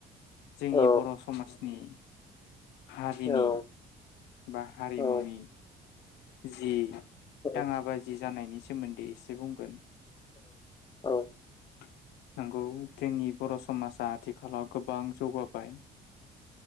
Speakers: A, on the left (about 85°); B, on the left (about 25°).
A: जोंनि
B: औ
A: बर' समाजनि हारिनि
B: औ
A: बा हारिमुनि-
B: औ
A: जि
B: औ
A: दाङा बाजि जानायनि सोमोन्दै एसे बुंगोन।
B: औ
A: <inaudible> नंगौ जोंनि बर' समाजा आथिखालाव गोबां जौगाबाय